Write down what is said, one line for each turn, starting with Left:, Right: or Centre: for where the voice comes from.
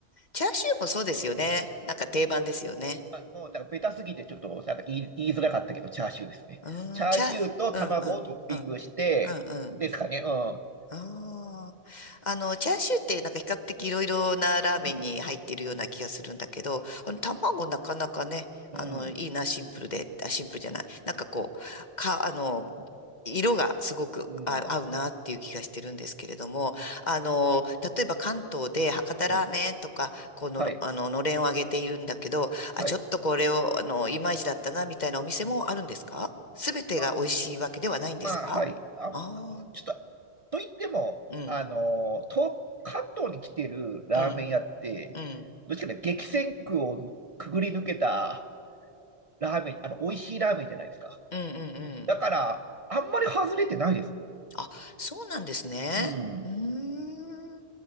Left: チャーシューもそうですよね。
Right: うん。
Left: なんか定番ですよね。
Right: 豚骨。うん。まあ、もうなんかベタすぎてちょっとなんか言い、言いづらかったけど、チャーシューですね。
Left: うーん、
Right: チャーシューと卵をトッピングして、
Left: チャー、うん、うん、うん、うん、うん。
Right: ですかね。うん。
Left: ああ。あの、チャーシューってなんか比較的いろいろなラーメンに入ってるような気がするんだけど、
Right: うん。
Left: あの、卵なかなかね、あの、
Right: うん。
Left: いいな、シンプルで、あ、シンプルじゃない。なんかこう、か、あの、色がすごくあ合うなっていう気がしてるんですけれども、
Right: うん。
Left: あの、例えば関東で博多ラーメンとか、
Right: うん。
Left: こうのろ、
Right: はい。
Left: あの、のれんをあげているんだけど、あ、
Right: はい。
Left: ちょっとこれを、あの、いまいちだったな、みたいなお店もあるんですかすべてが美味しいわけではないんですかああ
Right: あ、まあ、はい。あ、ちょっとと言っても、
Left: ー、うん、
Right: あの、東、関東に来てるラーメン屋って、
Left: うん。うん。
Right: どっちかね、激戦区をくぐり抜けたラーメン、あの、美味しいラーメンじゃないですか。
Left: うんうんうん。
Right: だから、あんまり外れてないです。
Left: あ、そうなんですね。
Right: うん。
Left: うーん。